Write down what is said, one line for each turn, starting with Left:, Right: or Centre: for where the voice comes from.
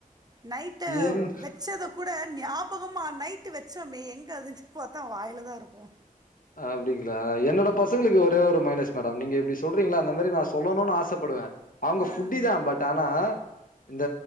Right: நைட்டு
Left: ஏன்
Right: வச்சத கூட ஞாபகமாக நைட்டு வச்சோமே எங்கே அதுன்னு பாத்தா அவ வாயில தா இருக்கு
Left: அப்பிடிங்களா என்னோட பசங்களுக்கு ஒரே ஒரு மைனஸ் மேடம் நீங்க எப்பிடி சொல்றீங்களா அந்த மாரி நா சொல்லணுனு ஆசப்படுவே அவுங்க
Right: ஆ
Left: ஃபுட்டி தா பட் ஆனா இந்த